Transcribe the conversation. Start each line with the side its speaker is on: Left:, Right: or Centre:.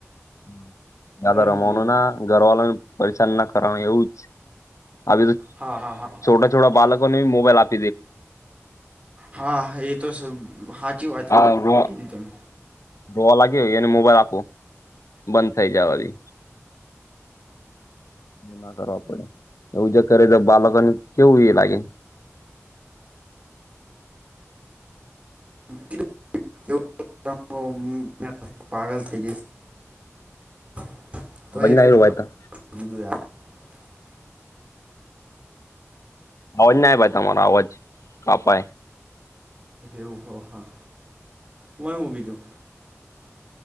Left: હમ જાયદા
Right: વય
Left: રમાવાનું
Right: બીજું
Left: ના ઘરવાલાને પરેશાન ના કરવાનું એવું જ આવી તો
Right: હા હા હા
Left: છોટા છોટા બાલક કોને મોબાઈલ આપ
Right: હા એ તો સાચી વાત
Left: આ
Right: કીધી
Left: રો
Right: તમે
Left: રોવા લાગ્યો હોય એને મોબાઈલ આપો બંધ થઇ જાય એ ના કરવા પડે એવું જો કરે તો બાળકોને કેવું એ લાગે
Right: <inaudible> તોીું
Left: અવાજ ના આવ્યો ભાઈ તા અવાજ ના ભાઈ તમારો અવાજ કપાય
Right: એવું હો હા હુંય હું બીજું